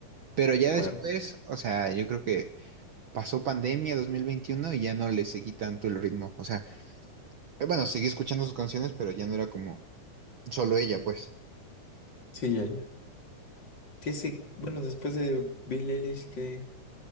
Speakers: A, on the right (about 80°); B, on the left (about 35°).
A: Pero ya
B: De acuerdo.
A: después, o sea, yo creo que pasó pandemia 2021 y ya no le seguí tanto el ritmo. O sea, eh, bueno, seguí escuchando sus canciones, pero ya no era como solo ella, pues.
B: Sí, ya, ya. ¿Qué sí? Bueno, después de Bill Eilish, ¿qué,